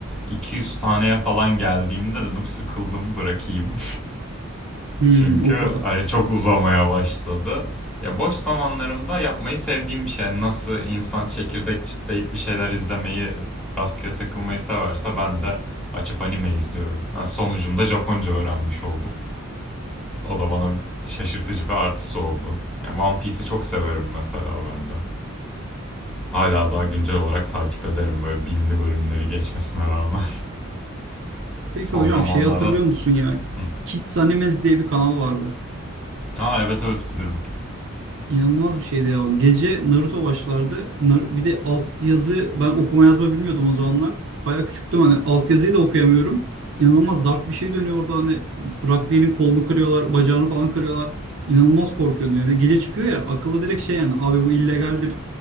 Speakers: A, in the centre; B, on the right.
A: 200 taneye falan geldiğimde dedim sıkıldım bırakayım.
B: Hmm,
A: Çünkü
B: o kadar.
A: hani çok uzamaya başladı. Ya boş zamanlarımda yapmayı sevdiğim bir şey. Yani Nasıl insan çekirdek çitleyip bir şeyler izlemeyi, rastgele takılmayı severse ben de açıp anime izliyorum. Ha, sonucunda Japonca öğrenmiş oldum. O da bana şaşırtıcı bir artısı oldu. Yani One Piece'i çok severim mesela ben de. Hala daha güncel olarak takip ederim böyle binli bölümleri geçmesine rağmen. <laughs>
B: Peki
A: Son
B: hocam
A: zamanlarda...
B: şey hatırlıyor musun ya?
A: Hı.
B: Kids Animes diye bir kanal vardı.
A: Aa evet evet bilirim.
B: İnanılmaz bir şeydi ya. Gece Naruto başlardı. Nar- bir de altyazı ben okuma yazma bilmiyordum o zamanlar. Bayağı küçüktüm hani altyazıyı da okuyamıyorum. İnanılmaz dark bir şey dönüyor orada hani Rock Lee'nin kolunu kırıyorlar, bacağını falan kırıyorlar. İnanılmaz korkuyordum. Yani Bir de gece çıkıyor ya akıllı direkt şey yani abi bu illegaldir